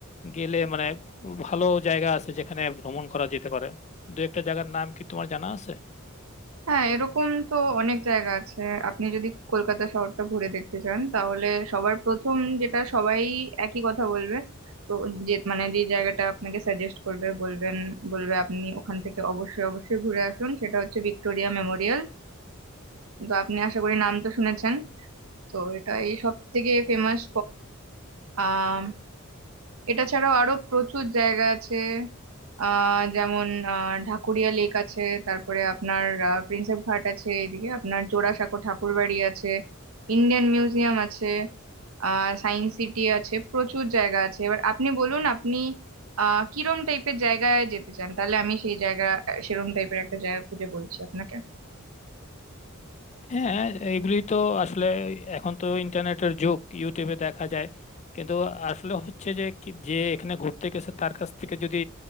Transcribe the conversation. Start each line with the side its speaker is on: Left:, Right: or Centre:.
Left: গেলে মানে ভালো জায়গা আছে যেখানে ভ্রমণ করা যেতে পারে দু একটা জায়গার নাম কি তোমার জানা আছে
Right: হ্যাঁ এরকম তো অনেক জায়গা আছে আপনি যদি কলকাতা শহরটা ঘুরে দেখতে চান তাহলে সবার প্রথম যেটা সবাই একই কথা বলবে তো যে মানে যে জায়গাটা আপনাকে সাজেস্ট করবে বলবেন বলবে আপনি ওখান থেকে অবশ্যই অবশ্যই ঘুরে আসুন সেটা হচ্ছে ভিক্টোরিয়া মেমোরিয়াল তো আপনি আশা করি নাম তো শুনেছেন তো এটাই সব থেকে ফেমাস স্পট এটা ছাড়াও আরো প্রচুর জায়গা আছে আহ যেমন আহ ঢাকুরিয়া লেক আছে তারপরে আপনার আহ, প্রিন্সেপ ঘাট আছে এদিকে আপনার জোড়াসাঁকো ঠাকুর বাড়ি আছে ইন্ডিয়ান মিউজিয়াম আছে আহ সায়েন্স সিটি আছে প্রচুর জায়গা আছে এবার আপনি বলুন আপনি আহ কিরম টাইপের জায়গায় যেতে চান তাহলে আমি সেই জায়গা সেরম টাইপের একটা জায়গা খুঁজে বলছি আপনাকে
Left: হ্যাঁ এগুলি তো আসলে এখন তো ইন্টারনেটের যুগ ইউটিউবে দেখা যায় কিন্তু আসলে হচ্ছে যে কি- যে এখানে ঘুরতে গেছে তার কাছ থেকে যদি